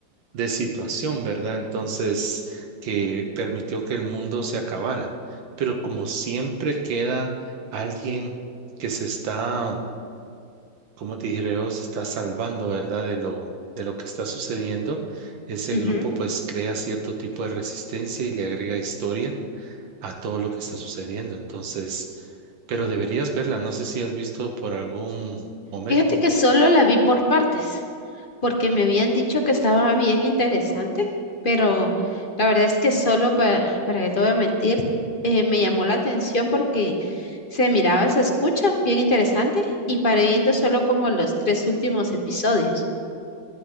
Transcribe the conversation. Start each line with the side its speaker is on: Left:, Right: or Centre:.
Right: de situación, ¿verdad? Entonces, que permitió que el mundo se acabara. Pero como siempre queda alguien que se está, como te dije, se está salvando, ¿verdad? De lo, de lo que está sucediendo, ese
Left: mhm
Right: grupo pues crea cierto tipo de resistencia y le agrega historia a todo lo que está sucediendo. Entonces, pero deberías verla, no sé si has visto por algún momento.
Left: Fíjate que solo la vi por partes, porque me habían dicho que estaba bien interesante, pero la verdad es que solo para, para que te voy a mentir, eh, me llamó la atención porque se miraba, se escucha, bien interesante, y paré viendo solo como los tres últimos episodios.